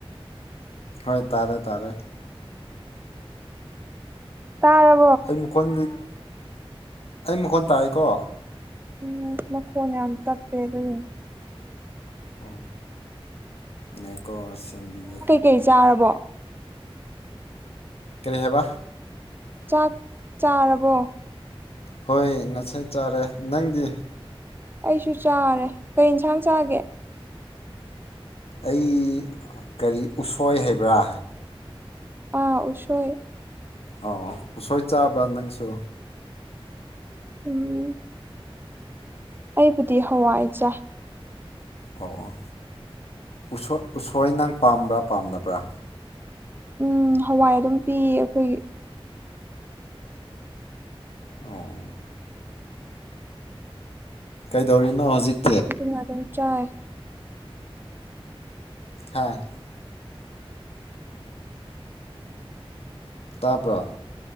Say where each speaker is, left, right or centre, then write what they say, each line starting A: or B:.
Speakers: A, on the left (about 80°); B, on the right (about 20°).
A: ꯍꯣꯏ ꯇꯥꯔꯦ ꯇꯥꯔꯦ
B: ꯇꯥꯔ
A: ꯑꯩ ꯃꯈꯣꯟꯗꯤ ꯑꯩ ꯃꯈꯣꯟ ꯇꯥꯏꯌꯦꯀꯣ
B: ꯎꯝ ꯃꯈꯣꯟ ꯌꯥꯝ ꯇꯞꯄꯦ ꯑꯗꯨꯒꯤꯅꯤ
A: ꯑꯣ ꯌꯥꯏꯀꯣ ꯑ ꯁꯦꯝꯕꯤꯒꯦ
B: ꯀꯩ ꯆꯥꯔꯕꯣ
A: ꯀꯔꯤ ꯍꯥꯏꯕ
B: ꯆꯥꯛ ꯆꯥꯔꯕꯣ
A: ꯍꯣꯏ ꯉꯁꯥꯏ ꯆꯥꯔꯦ ꯅꯪꯗꯤ
B: ꯑꯩꯁꯨ ꯆꯥꯔꯦ ꯀꯩ ꯏꯟꯁꯥꯡ ꯆꯥꯒꯦ
A: ꯑꯩ ꯀꯔꯤ ꯎꯁꯣꯏ ꯍꯥꯏꯕ꯭ꯔꯥ
B: ꯑꯥ ꯎꯁꯣꯏ
A: ꯑꯧ ꯎꯁꯣꯏ ꯆꯥꯕ꯭ꯔꯥ ꯅꯪꯁꯨ
B: ꯎꯝ ꯑꯩꯕꯨꯗꯤ ꯍꯋꯥꯏ ꯆꯥꯏ
A: ꯑꯣ ꯑꯣ ꯎꯁꯣ-ꯎꯁꯣꯏ ꯅꯪ ꯄꯥꯝꯕ꯭ꯔꯥ ꯄꯥꯝꯗꯕ꯭ꯔꯥ
B: ꯎꯝ ꯍꯋꯥꯏ ꯑꯗꯨꯝ ꯄꯤꯌꯦ ꯑꯈꯣꯏꯒꯤ
A: ꯑꯧꯋꯣ ꯀꯩꯗꯧꯔꯤꯅꯣ ꯍꯧꯖꯤꯛ
B: ꯑꯗꯨꯅ ꯑꯗꯨꯝ ꯆꯥꯏ
A: ꯍꯥ ꯇꯥꯕ꯭ꯔꯥ